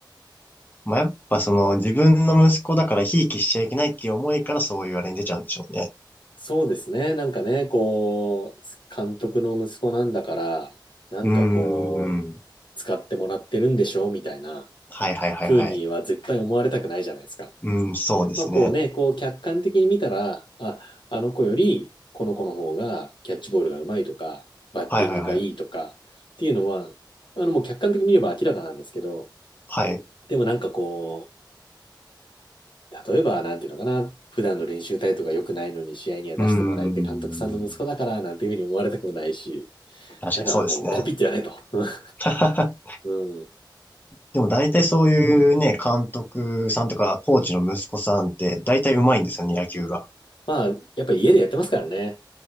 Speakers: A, on the left; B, on the left.
A: まあ、やっぱその自分の息子だからひいきしちゃいけないっていう思いからそういうあれに出ちゃうんでしょうね。
B: そうですね、なんかね、こう、監督の息子なんだから、なんかこう、
A: うーん。
B: 使ってもらってるんでしょみたいな
A: はいはいはいはい。
B: 風には絶対思われたくないじゃないですか。
A: うん、そうですね。
B: まあこうね、こう客観的に見たら、あ、あの子よりこの子の方がキャッチボールがうまいとか、バッティングがいいとかっていうのは、
A: はいはいはい。
B: あのもう客観的に見れば明らかなんですけど、
A: はい。
B: でもなんかこう、例えばなんていうのかな、普段の練習態度が良くないのに試合には出してもらえて監督さんの息子だからなんていうふうに思われたくもないし、
A: うーん。確かにそうですね。
B: だからもうコピってやれと。<laughs>
A: <laughs>
B: うん。
A: でも大体そういうね、
B: でも、
A: 監督さんとかコーチの息子さんって大体上手いんですよね、野球が。
B: まあやっぱり家でやってますからね。